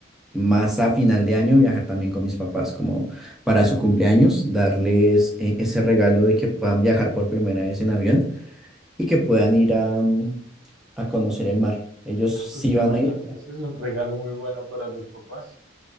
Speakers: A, in the centre; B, on the right (about 85°).
A: más a final de año viajar también con mis papás, como para su cumpleaños, darles eh, ese regalo de que puedan viajar por primera vez en avión y que puedan ir a, mm, a conocer el mar. Ellos
B: Ah,
A: sí
B: pues qué
A: van
B: bueno,
A: a ir,
B: ese
A: pero
B: es un regalo muy bueno para los papás.